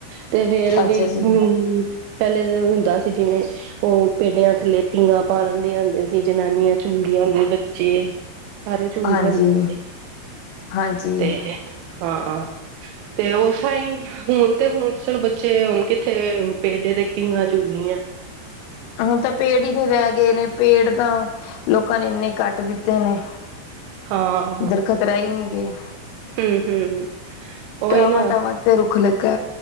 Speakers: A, on the right (about 85°); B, on the left (about 85°).
A: ਤੇ ਫੇਰ
B: ਅੱਛਾ
A: ਵੀ ਹ
B: ਜੀ
A: ਪਹਿਲੇ ਤਾਂ ਹੁੰਦਾ ਸੀ ਜਿਵੇਂ ਉਹ ਪੇਡਿਆਂ ਥੱਲੇ ਪੀਘਾਂ ਪਾ ਲੈਂਦੀਆਂ ਹੁੰਦੀ ਸੀ ਜਨਾਨੀਆਂ ਝੂਲਦੀਆਂ ਹੁੰਦੀਆਂ ਬੱਚੇ ਸਾਰੇ ਝੂਲ
B: ਹਾਂਜੀ
A: ਜਾਂਦੇ ਸੀ,
B: ਹਾਂਜੀ
A: ਤੇ ਹਾਂ। ਤੇ ਉਸ ਸਹੀ। ਹੁਣ ਤੇ ਹੁਣ ਤੇ ਚਲੋ ਬੱਚੇ ਹੁਣ ਕਿੱਥੇ ਪੇਡੇ ਦੇ ਪੀਘਾਂ ਝੂਲਦੀਆ।
B: ਹੁਣ ਤਾਂ ਪੇੜ ਹੀ ਨਹੀਂ ਰਹਿ ਗਏ ਨੇ, ਪੇੜ ਤਾਂ ਲੋਕਾਂ ਨੇ ਇੰਨੇ ਕੱਟ ਦਿੱਤੇ ਨੇ
A: ਹਾਂ
B: ਦਰਖ਼ਤ ਰਹਿ ਹੀ ਨਹੀਂ ਗੇ।
A: ਹਮ ਹਮ ਉਹੀ
B: ਟਾਵਾ
A: ਨਾ
B: ਟਾਵਾ ਤੇ ਰੁੱਖ ਲਗਾ।